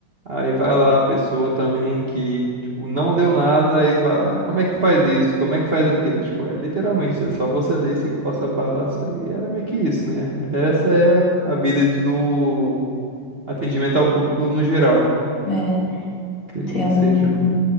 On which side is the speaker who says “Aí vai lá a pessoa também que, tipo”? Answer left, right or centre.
Right